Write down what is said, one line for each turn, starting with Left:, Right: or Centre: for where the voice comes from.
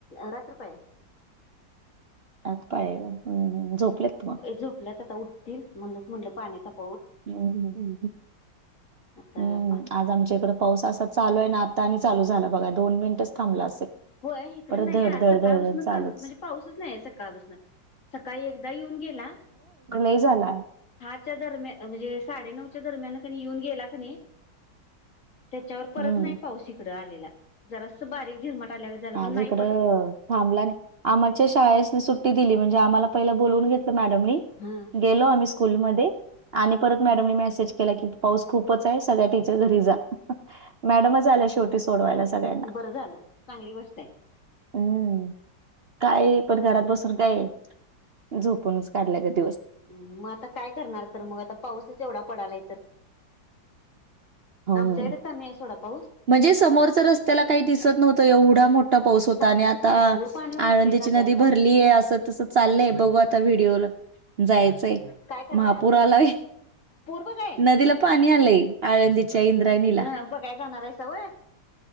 Left: रात्रपाळी हाय.
Right: <unintelligible> हम्म झोपलेत मग.
Left: झोपल्यात आता उठतील म्हणुनच म्हटलं पाणी ताप
Right: हं हं हं,
Left: आता
Right: हम्म आज आमच्या इकडं पाऊस असाच चालू आहे ना आ आणि चालू झाला बघा दोन मिनटच थांबला असेल.
Left: होय इकडं
Right: परत
Left: नाही
Right: धड
Left: आज
Right: धड
Left: सकाळपासून
Right: धड धड चालूच.
Left: कमी म्हणजे पाऊसच नाही आहे सकाळपासनं. सकाळी एकदा येऊन गेला.
Right: <unintelligible> झालाय.
Left: तच्या दरम्यान म्हणजे साडे नऊच्या दरम्यान कनी येऊन गेला कनी त्याच्यावर परत
Right: हम्म
Left: नाही पाऊस इकडं आलेला जरासं बारीक झिरमट आल्यागत झालं
Right: आज
Left: पण नाही
Right: इकडं
Left: परत
Right: थांबला नाही, आम्हाच्या शाळेस सुट्टी दिली म्हणजे आम्हाला पहिला बोलून घेत मॅडम नी,
Left: हा
Right: गेलो आम्ही स्कूल मध्ये आणि परत मॅडम नी मेसेज केला की पाऊस खूपच आहे सगळ्या टीचर घरी जा, मॅडमच आल्या शेवटी सोडवायला सगळ्यांना.
Left: बरं झालं चांगली गोष्ट आहे.
Right: हम्म काय पण घरात बसून काय झोपूनच काढल्या गत.
Left: हं, मग आता काय करणार तर मग आता पाऊसच एवढा पडालाय तर.
Right: होय
Left: आमच्या इकडे कमी हाय सोडा. पाऊस
Right: म्हणजे समोरच रस्त्याला काही दिसत नव्हतं एवढा मोठा पाऊस होता
Left: पाणी
Right: आणि आता
Left: भरपूर
Right: आ
Left: पाणी वाढले
Right: आळंदीची
Left: नद्यांचा
Right: नदी भरलीय अस तस चाललंय बघू आता व्हिडओला जायचं. तहे
Left: काय करायला
Right: महापूर आलाय,
Left: पूर बघाय
Right: नदीला पाणी आलंय आळंदी च्या इंद्रायणीला,
Left: ह बघाय जाणार आहेसा व्हय